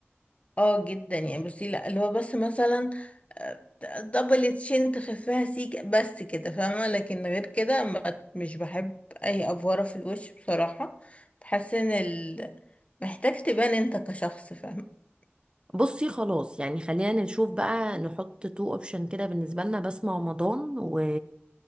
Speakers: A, on the left (about 30°); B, on the right (about 25°).
A: اه جدا يعني بصي لا اللي هو بس مثلا آه، دبل تشين تخفيها سيك بس كده فاهمة لكن غير كده ما- مش بحب اي افورة في الوش بصراحة بحس ان ال... محتاج تبان انت كشخص فاهمة
B: بصي خلاص يعني خلينا نشوف بقى نحط تو اوبشن كده بالنسبه لنا بسمة رمضان و